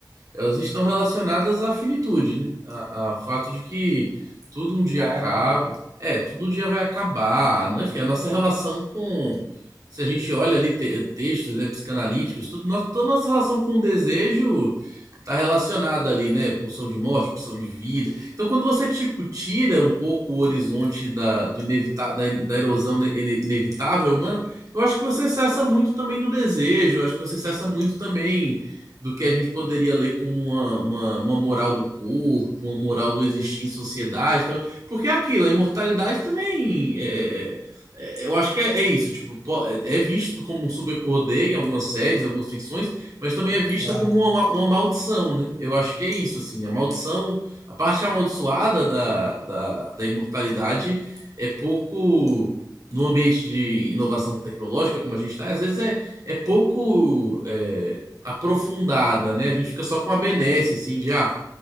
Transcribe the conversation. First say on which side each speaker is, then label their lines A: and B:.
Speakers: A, on the right (about 50°); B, on the right (about 75°).
A: elas estão relacionadas à finitude, né? A- a- Ao fato de que tudo um dia
B: Vai
A: acaba.
B: acabar.
A: É, tudo um dia vai acabar, né? Enfim, a nossa relação com. Se a gente olha ali te- textos, né, psicanalíticos, tudo, nossa, toda nossa relação com o desejo está relacionada ali, né? Pulsão de morte, pulsão de vida. Então, quando você, tipo, tira um pouco o horizonte da, do inevita da, da erosão ne- ine- inevitável humana, eu acho que você cessa muito também do desejo, eu acho que você cessa muito também do que a gente poderia ler como uma, uma, uma moral do corpo, uma moral do existir em sociedade. Também. Porque é aquilo, a imortalidade também. é- é- é, eu acho que é, é isso. Tipo, po- é é visto como um superpoder em algumas séries, algumas ficções, mas também é vista
B: É,
A: como uma, ma- uma maldição, né? Eu acho que é isso, assim. A maldição, a parte amaldiçoada da, da, da imortalidade é pouco. No ambiente de inovação tecnológica, como a gente está, às vezes é, é pouco. é, aprofundada, né? A gente fica só com a benesse, assim, de ah,